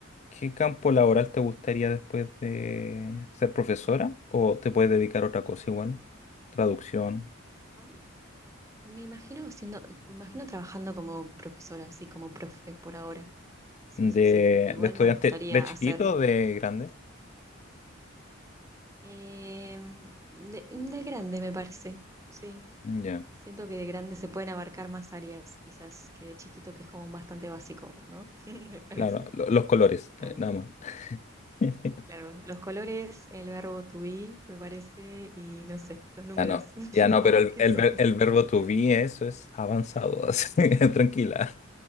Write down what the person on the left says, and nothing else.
qué campo laboral te gustaría después de ser profesora? ¿O te puedes dedicar a otra cosa igual? Traducción
de,
de estudiante
de chiquito
o de grande.
Ya,
claro, lo- los colores,
eh, nada más. <laughs>
Ya no,
ya no,
pero
el,
el,
ver- el verbo to be, eso es avanzado, <laughs> así, tranquila.